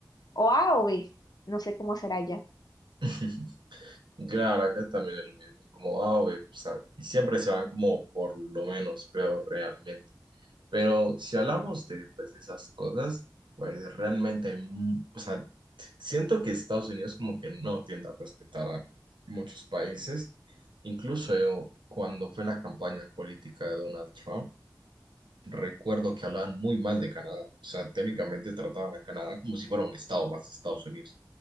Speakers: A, on the left; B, on the right.
A: O A o B. No sé cómo será ya.
B: <laughs> Claro, acá también es lo mismo, como, ah, güey, o sea, y siempre se van como por lo menos peor realmente. Pero si hablamos de pues, esas cosas, pues realmente, hay mu- o sea, siento que Estados Unidos como que no tiende a respetar a muchos países. Incluso yo, cuando fue la campaña política de Donald Trump, Recuerdo que hablaban muy mal de Canadá, o sea, técnicamente trataban a Canadá como si fuera un estado más de Estados Unidos,